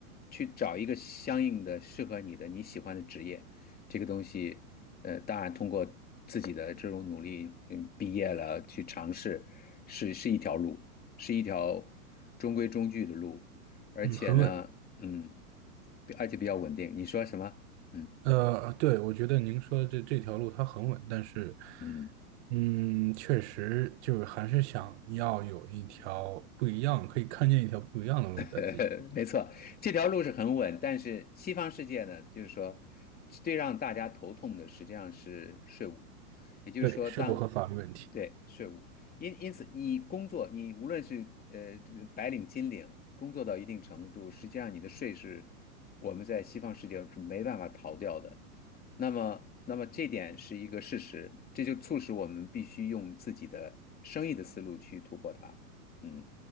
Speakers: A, on the left; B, on the right.
A: 去找一个相应的适合你的你喜欢的职业，这个东西，呃，当然通过自己的这种努力，嗯，毕业了去尝试，是是一条路，是一条中规中矩的路，而且呢，
B: 嗯很稳
A: 嗯，而且比较稳定。你说什么？嗯。
B: 呃，对，我觉得您说的这这条路它很稳，但是，
A: 嗯，
B: 嗯，确实就是还是想要有一条不一样，可以看见一条不一样的路在自己。
A: <laughs> 没错，这条路是很稳，但是西方世界呢，就是说，最让大家头痛的实际上是税务，也就是说当，
B: 对，是否和法律问题。
A: 对，税务，因因此你工作，你无论是呃这个白领、金领，工作到一定程度，实际上你的税是我们在西方世界是没办法逃掉的。那么，那么这点是一个事实，这就促使我们必须用自己的生意的思路去突破它。嗯。